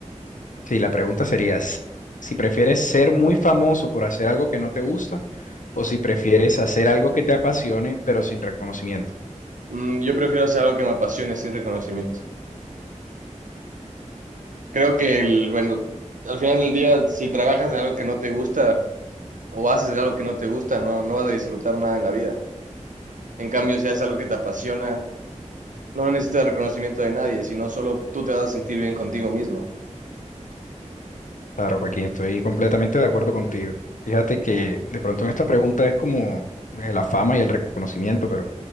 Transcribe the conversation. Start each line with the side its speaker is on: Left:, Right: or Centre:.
Left: Sí, la pregunta sería s- si prefieres ser muy famoso por hacer algo que no te gusta o si prefieres hacer algo que te apasione pero sin reconocimiento.
Right: Mm, yo prefiero hacer algo que me apasione sin reconocimiento. Creo que el, bueno, al final del día, si trabajas de algo que no te gusta o haces algo que no te gusta, no, no vas a disfrutar nada en la vida. En cambio, si haces algo que te apasiona, no necesitas el reconocimiento de nadie, sino solo tú te vas a sentir bien contigo mismo
Left: Claro, Joaquín, estoy completamente de acuerdo contigo. Fíjate que de pronto en esta pregunta es como eh, la fama y el reconocimiento, pero